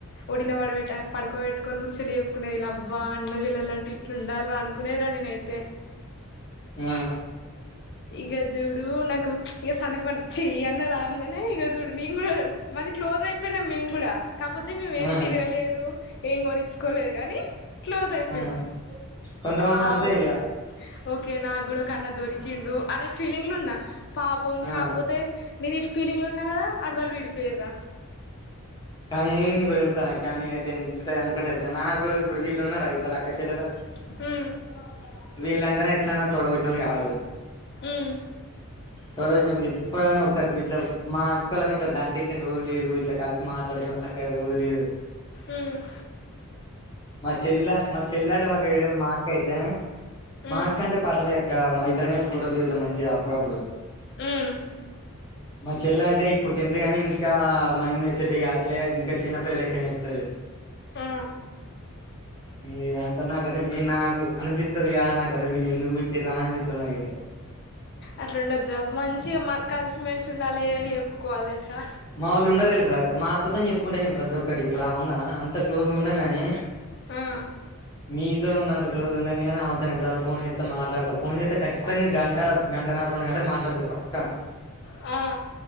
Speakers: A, on the left (about 50°); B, on the left (about 20°).
A: వడిలో పడ పడుకోట్టుకొని ముచ్చట్లు చేప్పక్కునేదిలబ్బ అన్న చెలిల్లులాంటి ఇట్లు ఉండాలి అనుకునేరా నేను తే
B: ఆ
A: ఇక జూడు నాకు ఇ సందీప్ అన్న చి ఇ అన్న రాగానే ఈగ చూడు మేము కూడా మంచి క్లోజ్ అయిపోయినాం మేము కూడా కాకపోతే మేము ఏం
B: ఆ
A: తిరగలేదు ఏం కొనించుకోలేదు కానీ క్లోజ్ అయిపోయినం
B: ఆ కొంతమంది
A: ఆ
B: అంతే
A: ఓకే
B: ఇగ
A: ఓకే నాకు గుడా ఒక అన్నా దొరికిండు అనే ఫీలింగ్లు ఉన్నా పాపం
B: ఆ
A: కాప తే నేను ఇటు ఫీలింగ్లు ఉన్నా కదా అటు వాళ్ళు విడిపోయరా
B: కానీ నీకు ఒకటి తెలుసా కానీ నేను అయితే ఎంత అనుకుంటే తెలుసా నాకు ఇప్పుడు వీళ్ళు ఉన్నారా ఇద్దరు అక్క చెల్లెల్లు
A: ఉమ్
B: వీళ్ళు అంటేనే ఎట్లన్నా తోడబుట్టినోలు కాదు
A: ఉమ్
B: తోడ బుట్టి నప్పుడు ఎప్పుడన్నా ఒకసారి ఇట్లా మా అక్క వోళ్ళని ఇట్లా దండేసిన రోజు లేదు ఇట్లా కలిసి మాట్లాడుకున్న స ఒక రోజ లేదు
A: ఉమ్
B: మా చెల్ మా చెల్ండ పక్క గ మా అక్క అయితే మాక్కంటే
A: ఉమ్
B: పర్లేక్క మా ఇద్దరం కలిసి ఫోటోలు దిగుతం మంచి గా అప్పుడప్పుడు
A: హ్మ్
B: మా చెల్ల అంటే ఇప్పుడు టెన్త్ గానీ ఇంకా మైండ్ మెచ్యూరిటీ కా అట్లే ఇంకా చిన్న పిల్ల లెక్క చేతది
A: ఆ
B: ఈ అంత నాకు అసలు ఈ నాకు అనుపిత్తదిగా నాకు అసలు వీళ్ళు ఎందుకూ పుట్టిరా అనిపిత్తది నాకైతే
A: అట్లా ఉండదు రా మంచిగా మన్ కలిసిమెలిసి ఉండాలి ఏదైనా చెప్పుకోవాలి తెలుసా
B: మా వాళ్ళు ఉన్నారు తెలుసా మా అక్క తోని చెప్పుకుంటా నేను ప్రతి ఒక్కటి ఇప్పుడు ఆమె ఉన్నా అంత క్లోజ్గా ఉండం గానీ
A: ఆ
B: మీ త ఉన్న అంత క్లోజ్ గాని ఆమె ఎప్పుడైనా ఫోన్ చేతా మాట్లాడతా ఫోన్ చేతా ఖచ్చితంగా గంట గంటన్నర రెండు గంటలు మాట్లాడుతా పక్క
A: ఆ